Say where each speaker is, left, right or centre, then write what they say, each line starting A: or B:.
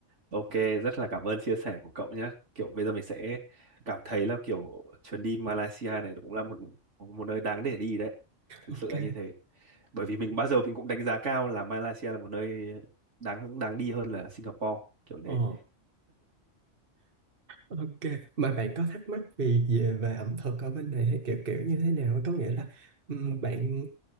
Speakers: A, on the right; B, on the right.
A: Ok, rất là cảm ơn chia sẻ của cậu nhé. Kiểu bây giờ mình sẽ cảm thấy là kiểu chuyến đi Malaysia này cũng là một một nơi đáng để đi đấy. Thực
B: ok
A: sự là như thế. Bởi vì mình bao giờ mình cũng đánh giá cao là Malaysia là một nơi đáng đáng đi hơn là Singapore kiểu
B: Ồ
A: thế.
B: Ok, mà bạn có thắc mắc vì về về ẩm thực ở bên này hay kiểu kiểu như thế nào? Có nghĩa là ừm, bạn